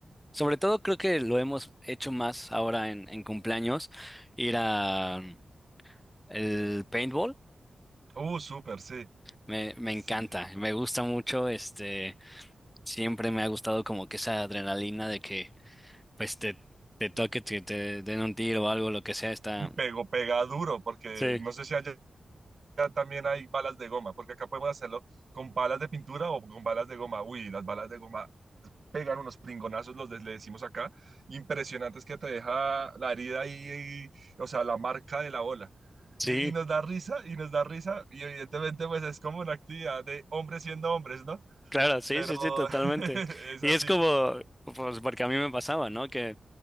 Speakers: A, in the centre; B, on the right.
A: Sobre todo creo que lo hemos hecho más ahora en, en cumpleaños, ir a mm, el paintball.
B: Uh, súper, sí.
A: Me, me
B: Sí.
A: encanta, me gusta mucho, este, siempre me ha gustado como que esa adrenalina de que pues te, te toque, te, te den un tiro o algo, lo que sea, está...
B: Uy, pego, pega duro, porque
A: Sí,
B: no sé si allá también hay balas de goma, porque acá podemos hacerlo con balas de pintura o con balas de goma. Uy, las balas de goma pegan unos pringonazos, los des- le decimos acá, impresionantes que te deja la herida ahí, y- o sea, la marca de la bola.
A: sí.
B: Y, y nos da risa, y nos da risa, y evidentemente pues es como una actividad de hombres siendo hombres, ¿no?
A: Claro, sí,
B: Pero
A: sí, sí, totalmente.
B: <laughs> es
A: Y
B: así.
A: es como, pues porque a mí me pasaba, ¿no? Que